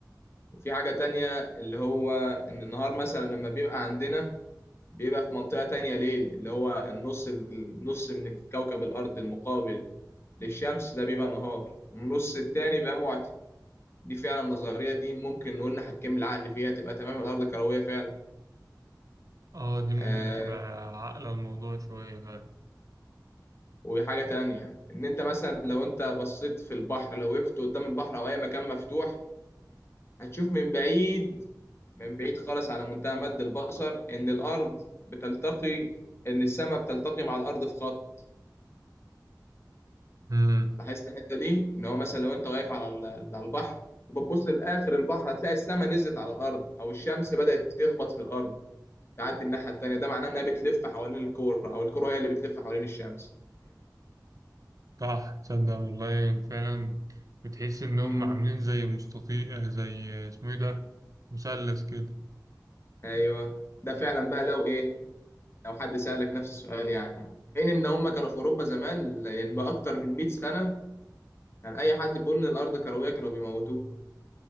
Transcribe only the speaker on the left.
وفي حاجة تانية اللي هو إن النهار مثلا لما بيبقى عندنا بيبقى في منطقة تانية ليل اللي هو النص النص من الكوكب الأرض المقابل للشمس ده بيبقى نهار والنص التاني بيبقى معتم دي فعلا النظرية دي ممكن نقول نحكم العقل فيها تبقى تمام الأرض كروية فعلا
آه،
وحاجة تانية إن أنت مثلا لو أنت بصيت في البحر لو وقفت قدام البحر أو أي مكان مفتوح هتشوف من بعيد من بعيد خالص على منتهى مد البصر إن الأرض بتلتقي إن السماء بتلتقي مع الأرض في خط
لاحظت الحتة دي إن هو مثلا لو أنت واقف على ال- على البحر وبتبص لآخر البحر هتلاقي السماء نزلت على الأرض أو الشمس بدأت تخبط في الأرض تعدي الناحية التانية ده معناه إنها بتلف حوالين الكورة أو الكورة هي اللي بتلف حوالين الشمس
فهمت؟
ايوه ده فعلا بقى لو ايه لو حد سألك نفس السؤال يعني حين ان هم كانوا في اوروبا زمان ل- اكتر من 100 سنة كان اي حد بيقول ان الارض كروية كانوا بيموتوه